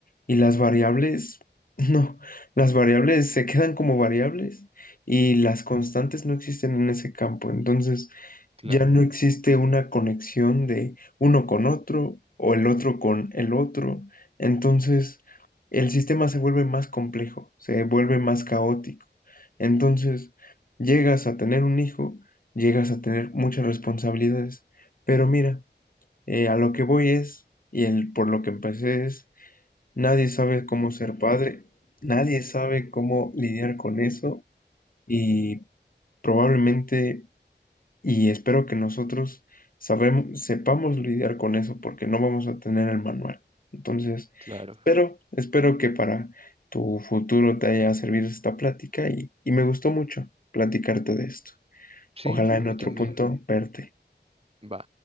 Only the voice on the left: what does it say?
y las variables, <laughs> no, las variables se quedan como variables y las constantes no existen en ese campo, entonces
ya no existe una conexión de uno con otro o el otro con el otro, entonces el sistema se vuelve más complejo, se vuelve más caótico, entonces llegas a tener un hijo, llegas a tener muchas responsabilidades, pero mira, eh, a lo que voy es, y el, por lo que empecé es, nadie sabe cómo ser padre, nadie sabe cómo lidiar con eso y probablemente, y espero que nosotros sabemos, sepamos lidiar con eso porque no vamos a tener el manual. Entonces,
espero, espero que para tu futuro te haya servido esta plática y, y me gustó mucho platicarte de esto.
Ojalá
en
otro
punto verte.